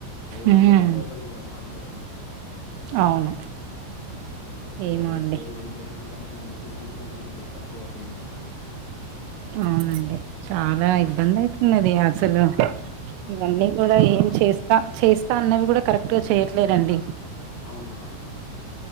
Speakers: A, on the left; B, on the right.
A: ఎవలు
B: ఉమ్
A: అమ్మిక పోయోటోళ్ళు గుడం ఆల్మోస్ట్
B: అవును
A: ఉమ్ ఇప్పుడు
B: ఏమో
A: ఇగ రేట్
B: అండి
A: లేదు ఏం లేదు కొంతమంది అమ్ముకుంటున్నరు కొంతమంది లేద్ తక్కువైపోయింద్ మొత్తాన్ని
B: అవునండి చాలా
A: ఉమ్
B: ఇబ్బంది అయితున్నది అసలు. ఇవన్నీ కూడా
A: ఆ మేడం
B: ఏం చేస్తా చేస్తా అన్నవి కూడా కరెక్టుగా చేయట్లేర్ అండి.
A: అవును మేడం